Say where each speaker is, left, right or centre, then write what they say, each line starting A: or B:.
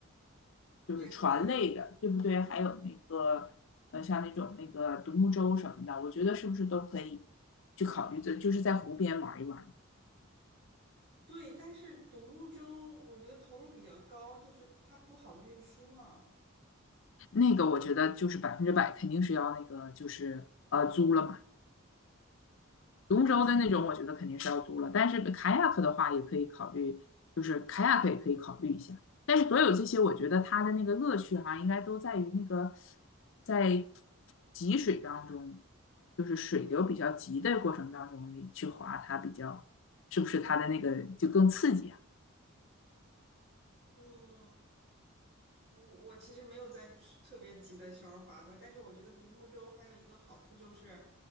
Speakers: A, on the left; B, on the right.
A: 就是船类的，
B: 也可以，
A: 对不对？
B: 嗯，
A: 还有那个，呃，像那种那个独木舟什么的，我觉得是不是都可以去考虑的，就是在湖边玩一玩
B: 对，但是独木舟我觉得投入比较高，就是它不好运输嘛，
A: 那个我觉得就是百分之百肯定是要那个就是呃租了嘛。龙舟的那种，
B: 嗯
A: 我觉得肯定是要租了，但是 k a 克的话也可以考虑，就是 k a 克也可以考虑一下。但是所有这些，我觉得它的那个乐趣哈、应该都在于那个在急水当中，就是水流比较急的过程当中，你去划它比较，是不是它的那个就更刺激啊？
B: 嗯，我我其实没有在去特别急的时候划过，但是我觉得独木舟还有一个好处就是，